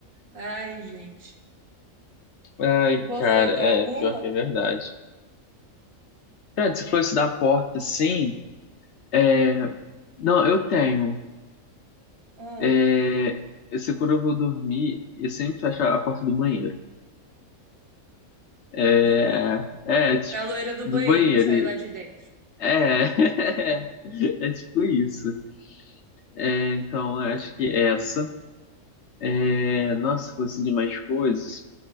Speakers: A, on the right (about 80°); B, on the left (about 65°).
A: Ai, gente.
B: Ai,
A: E você,
B: cara,
A: tem
B: é
A: alguma?
B: pior que é verdade. Cara, você falou isso da porta, sim. É, não, eu tenho.
A: Ah,
B: É, eu sei quando eu vou dormir, eu sempre fecho a porta do banheiro. É,
A: do...
B: é tipo,
A: Pra loira do
B: do
A: banheiro,
B: banheiro.
A: não sair lá de dentro.
B: É, <laughs> é tipo isso. É, então, eu acho que é essa. É, nossa, se fosse de mais coisas.